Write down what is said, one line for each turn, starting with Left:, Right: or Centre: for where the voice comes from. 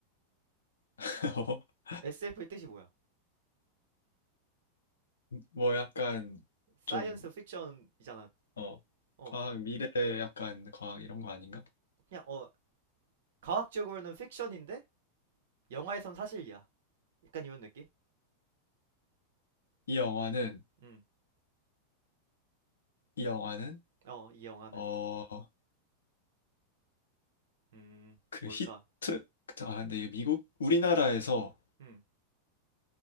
Left: <laughs>
Right: SF의 뜻이 뭐야?
Left: 뭐 약간
Right: 사이언스
Left: 좀
Right: 픽션이잖아.
Left: 어
Right: 어,
Left: 과학 미래 약간 과학 이런 거 아닌가?
Right: 그냥, 어, 과학적으로는 픽션인데, 영화에선 사실이야. 약간 이런 느낌?
Left: 이 영화는
Right: 음,
Left: 이 영화는
Right: 어, 이 영화는.
Left: 어
Right: 음,
Left: 그
Right: 뭘까?
Left: 히트 아 근데 이게 미국 우리나라에서
Right: 음,